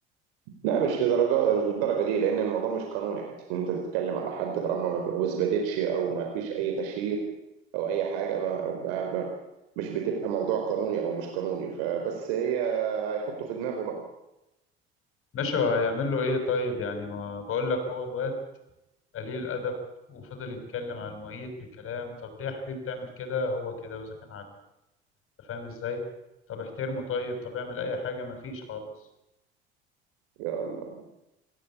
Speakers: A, on the right; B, on the left.
A: لا مش لدرجه مش بالدرجه دي لان الموضوع مش قانوني حتى ان انت تتكلم على حد طالما ما اثبتتش او ما فيش اي تشهير او اي حاجه ما, ما, ما مش بتبقى موضوع قانوني او مش قانوني فبس هي هيحطه في دماغه بقى
B: ماشي وهيعمل له ايه طيب يعني ما بقول لك هو الواد قليل ادب وفضل يتكلم على المعيد بكلام طب ليه يا حبيبي بتعمل كده هو كده واذا كان عاجبك أنت فاهم ازاي طب احترمه طيب طب اعمل اي حاجه ما فيش خالص
A: يا الله